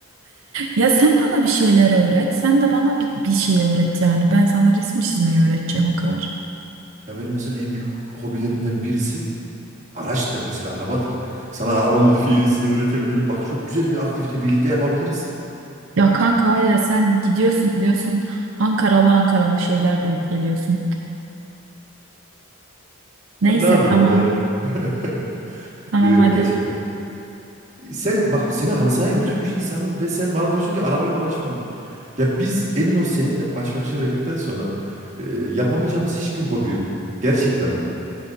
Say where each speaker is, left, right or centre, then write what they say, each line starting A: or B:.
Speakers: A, on the right; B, on the right.
A: Ya sen bana bir şeyler öğret. Sen de bana bir, bir şey öğret yani. Ben sana resim çizmeyi öğreteceğim o kadar.
B: Ya benim mesela en büyük hobilerimden birisi Araçtır mesela arabadır. Sana araba modifiyesini öğretebilirim. Bak çok güzel bir aktivite birlikte yapabiliriz.
A: Ya kanka var ya sen gidiyorsun gidiyorsun Ankaralı Ankaralı şeyler bulup geliyorsun. Neyse
B: Ne yapayım
A: tamam.
B: ama yani. <laughs>
A: Tamam
B: Yo yo
A: hadi.
B: gerçekten. Sen bak seni halı sahaya götürmüş insanım ve sen bana diyorsun ki arabayla uğraşmam. Ya biz emin ol seninle baş başa verdikten sonra e, yapamayacağımız hiçbir hobi yok. Gerçekten bak.